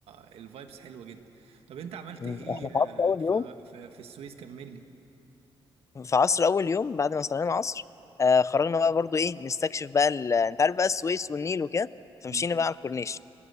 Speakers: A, on the right; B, on the left.
A: الفايبس حلوة جدا طب انت عملت
B: مم.
A: ايه
B: احنا في عصر
A: آه،
B: اول
A: ف...
B: يوم
A: ف... في السويس كمل لي
B: في عصر اول يوم بعد ما صلينا العصر آه خرجنا بقى برضو ايه نستكشف بقى ال... انت عارف بقى السويس والنيل وكده فمشينا
A: مم.
B: بقى على الكورنيش